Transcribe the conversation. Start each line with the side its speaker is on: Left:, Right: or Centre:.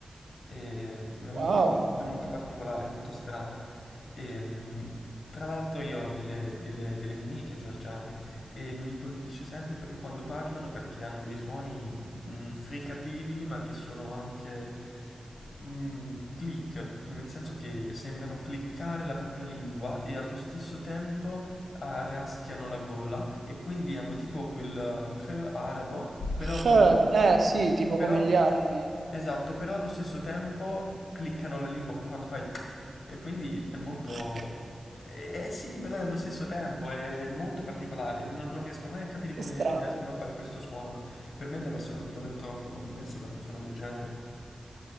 Left: E, mm, è molto,
Right: Wow.
Left: è molto particolare, molto strana. E, mm, tra l'altro io ho delle, delle, delle mie amiche georgiane e mi colpisce sempre per- quando parlano perché hanno dei suoni mm, fricativi ma che sono anche mm, click, nel senso che sembrano cliccare la propria lingua e allo stesso tempo ah, raschiano la gola e quindi hanno tipo quel r arabo però
Right: H,
Left: con...
Right: Eh sì, tipo
Left: Però,
Right: come gli arabi.
Left: esatto, però allo stesso tempo cliccano la lingua quando fai... E quindi è molto...
Right: <laughs>
Left: Eh eh sì, però è allo stesso tempo è molto particolare. Non, non riesco mai a capire
Right: Che
Left: come
Right: strano.
Left: riescono a fare questo suono. Per me è davvero, davvero troppo complesso fare un suono del genere.